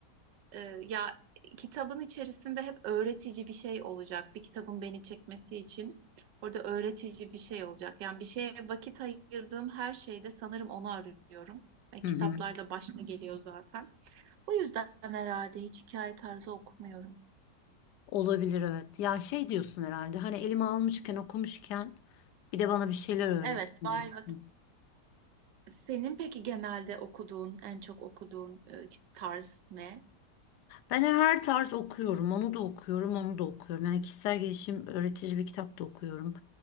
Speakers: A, on the right; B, on the left.
A: e, ya kitabın içerisinde hep öğretici bir şey olacak. Bir kitabın beni çekmesi için orada öğretici bir şey olacak. Yani bir şeye vakit ayırdığım her şeyde sanırım onu arıyorum. E,
B: Hı
A: kitaplarda
B: hı.
A: başta geliyor zaten. Bu yüzden herhalde hiç hikaye tarzı okumuyorum.
B: Olabilir evet. Ya şey diyorsun herhalde hani elime almışken okumuşken bir de bana bir şeyler öğretsin
A: Evet, var
B: diyorsun.
A: vakit. Senin peki genelde okuduğun, en çok okuduğun e, tarz ne?
B: Ben her tarz okuyorum. Onu da okuyorum, onu da okuyorum. Yani kişisel gelişim öğretici bir kitap da okuyorum.